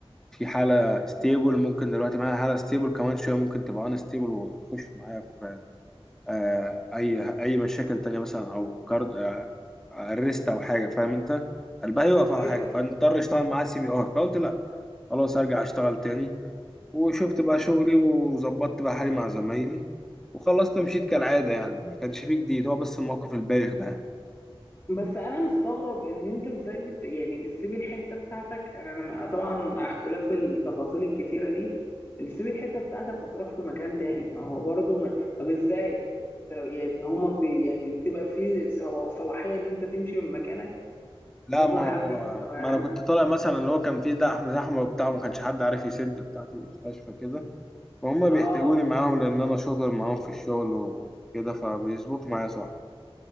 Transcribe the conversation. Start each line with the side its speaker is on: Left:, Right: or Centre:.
Centre: في حالة ستيبل ممكن دلوقتي معايا حالة ستيبل كمان شوية ممكن تبقى أن ستيبل وتخش معايا آه، اي اي مشاكل تانية مثلا او كارد آه، ارست او حاجه فاهم انت قلبها يوقف او
Left: ايوه
Centre: حاجه فنضطر اشتغل معاه سي بي ار فقلت لا خلاص ارجع اشتغل تاني وشفت بقى شغلي وظبطت بقى حالي مع زمايلي وخلصت ومشيت كالعاده يعني ما كانش فيه جديد هو بس الموقف البايخ ده يعني.
Left: بس انا مستغرب ان انت ازاي بت... يعني بتسيب الحته بتاعتك يعني انا مع- طبعا مع اختلاف التفاصيل الكتيره دي بتسيب الحته بتاعتك وتروح في مكان تاني ما هو برضه ما... طب ازاي انت يعني هما بي... يعني تبقى في صلاحيه ان انت تمشي من مكانك
Centre: لا
Left: مش لازم
Centre: ما هو
Left: حد يبقى معاك
Centre: ما انا كنت طالع مثلا اللي هو كان فيه زحمه زحمه وبتاع وما كانش حد عارف يسد بتاع في المستشفى كده فهم بيحتاجوني
Left: اه
Centre: معاهم لان انا شاطر معاهم في الشغل وكده فبيظبطوا معايا صح